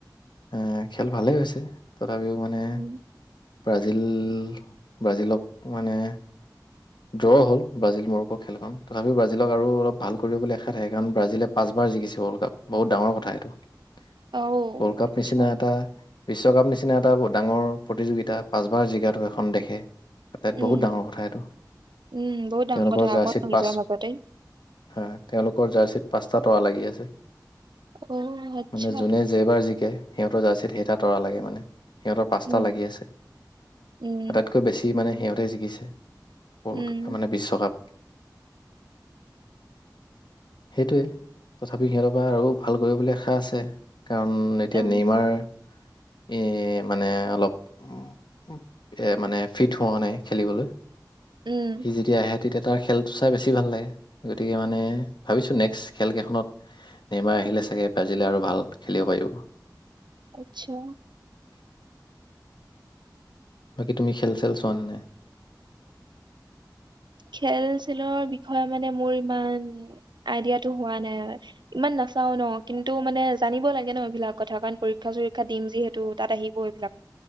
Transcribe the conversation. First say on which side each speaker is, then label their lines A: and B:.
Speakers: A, on the left; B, on the right.
A: এ খেল ভালেই হৈছে তথাপিও মানে
B: উম
A: ব্ৰাজিল-ব্ৰাজিলক মানে ড্ৰ' হ'ল, ব্ৰাজিল মোৰক খেলখন তথাপিও ব্ৰাজিলক আৰু অলপ ভাল কৰিব বুলি আশা থাকে, কাৰণ ব্ৰাজিলে পাঁচবাৰ জিকিছে ৱৰ্ল্ড কাপ, বহুত ডাঙৰ কথা সেইটো। ৱৰ্ল্ড
B: অ
A: কাপ
B: আচ্ছা
A: নিচিনা এটা বিশ্বকাপ নিচিনা এটা ডাঙৰ প্ৰতিযোগিতা পাঁচবাৰ জিকাটো এখন দেশে আটাইত
B: উম
A: বহুত ডাঙৰ কথা এইটো।
B: উম, বহুত ডাঙৰ
A: তেওঁলোকৰ
B: কথা
A: জাৰ্চিত
B: আকৌ
A: পাঁচ
B: নিজৰ মাজতেই
A: হয়, তেওঁলোকৰ জাৰ্চিত পাঁচটা তৰা লাগি আছে।
B: অ আচ্ছা
A: মানে, যোনে যেবাৰ জিকে জিকে, সিহঁতৰ ৰ্জাৰচিত সেইকেইটা তৰা লাগে মানে সিহঁতৰ পাঁচটা
B: উম
A: লাগি আছে,
B: উম
A: আটাইতকৈ বেছি মানে সিহঁতে জিকিছে। ৱৰ্লড
B: উম
A: মানে বিশ্বকাপ সেইটোৱে, তথাপি সিহঁতৰ পৰা আৰু ভাল কৰিব বুলি আশা আছে। কাৰণ, এতিয়া
B: অ
A: নেমাৰ এ, মানে অলপ উম, এ মানে ফিট হোৱা নাই খেলিবলৈ।
B: উম
A: সি যেতিয়া আহে তেতিয়া তাৰ খেলটো চাই বেছি ভাল লাগে, গতিকে, মানে ভাবিছোঁ নেক্সট খেলকেইখনত নেমাই আহিলে চাগে ব্ৰাজিলে আৰু ভাল খেলিব পাৰিব।
B: আচ্ছা
A: বাকী, তুমি খেল-চেল চোৱা নে?
B: খেল-চেলৰ বিষয়ে মানে মোৰ ইমান আইডিয়াটো হোৱা নাই, ইমান নাচাও ন, কিন্তু মানে জানিব লাগে ন এইবিলাক কথা কাৰণ পৰীক্ষা-চৰিক্ষা দিম যিহেতু তাত আহিব এইবিলাক